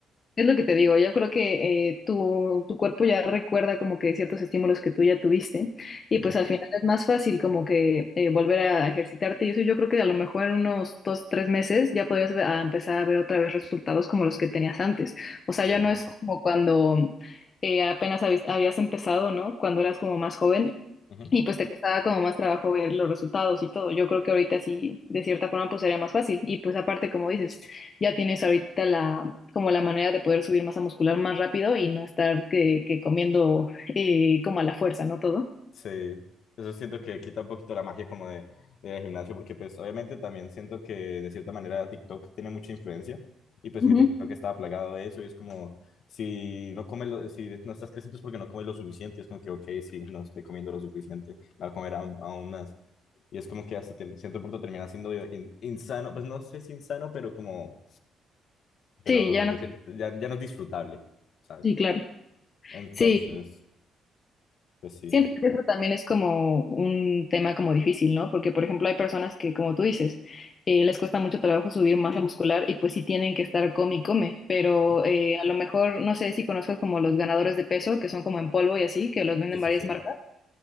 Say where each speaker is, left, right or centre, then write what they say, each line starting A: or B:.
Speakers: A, on the left; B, on the left.
A: Es lo que te digo, yo creo que eh, tu, tu cuerpo ya recuerda como que ciertos estímulos que tú ya tuviste y
B: Ujú,
A: pues al final es más fácil como que eh, volver a ejercitarte y eso yo creo que a lo mejor en unos dos, tres meses ya podrías ve- a empezar a ver otra vez resultados como los que tenías antes. O sea,
B: sí,
A: ya no es como cuando eh, apenas habis- habías empezado, ¿no? Cuando eras como más joven
B: ujú.
A: y pues te costaba como más trabajo ver los resultados y todo. Yo creo que ahorita sí, de cierta forma, pues sería más fácil y pues aparte, como dices ya tienes ahorita la, como la manera de poder subir masa muscular más rápido y no estar que, que comiendo eh, como a la fuerza, ¿no? Todo.
B: Sí, eso siento que quita un poquito la magia como de, del gimnasio, porque pues obviamente también siento que de cierta manera TikTok tiene mucha influencia y pues
A: Ujú.
B: mi TikTok estaba plagado de eso y es como, si no comes lo, si no estás creciendo es porque no comes lo suficiente y es como que, ok, sí, no estoy comiendo lo suficiente, voy a comer aún, aún más. Y es como que hasta te- cierto punto termina siendo in- insano, pues no sé si insano, pero como, pero
A: Sí, ya
B: de
A: no.
B: cier- ya, ya no es disfrutable, ¿sabes?
A: Sí, claro.
B: Entonces,
A: Sí,
B: pues sí.
A: siento que eso también es como un tema como difícil, ¿no? Porque, por ejemplo, hay personas que, como tú dices, eh, les cuesta mucho trabajo subir masa muscular y pues sí tienen que estar come y come, pero
B: Ujú.
A: eh, a lo mejor, no sé si conozcas como los ganadores de peso, que son como en polvo y así, que los venden
B: Sí, sí,
A: varias
B: sí.
A: marcas.